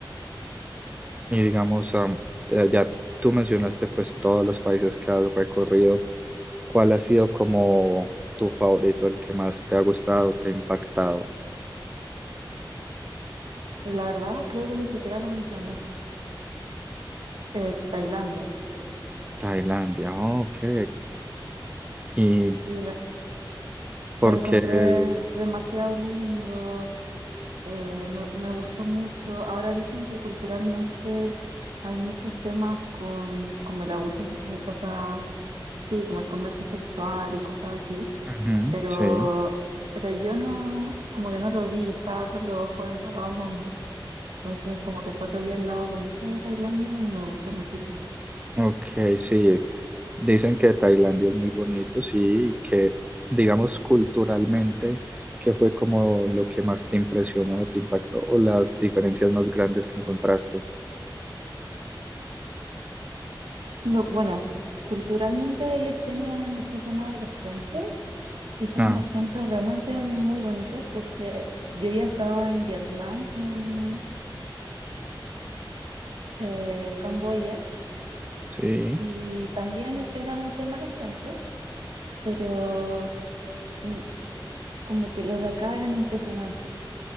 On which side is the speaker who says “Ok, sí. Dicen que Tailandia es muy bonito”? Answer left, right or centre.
Right